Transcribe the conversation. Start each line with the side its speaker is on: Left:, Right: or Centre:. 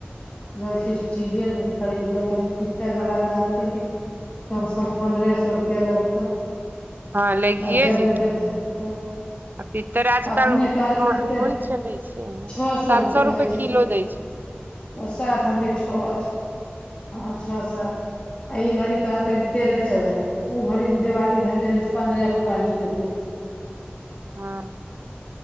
Left: कहै छैय स्टीले आर के खरीदलहुँ कही पित्तर
Right: हँ
Left: वला दान करतै कम सँ कम पन्द्रह सौ रूपैया लगतौ।
Right: ह लगिये
Left: आ जब
Right: जेतै
Left: लेते तऽ
Right: आ पित्तर आजकल
Left: अखने कहलकै
Right: महंगो
Left: तऽ
Right: न चलै छैय
Left: छओ सए
Right: सात
Left: रुपए
Right: सौ
Left: लगै
Right: रूपे
Left: छै
Right: किलो दैय छैय <inaudible>
Left: ओ सात हम कहै छह छैय हँ छह सात आई घड़ी कहलकै तेरह चौदह ओ घड़ी देवाली घड़ी लेबै त पन्द्रह पूरा ही देतै।
Right: ह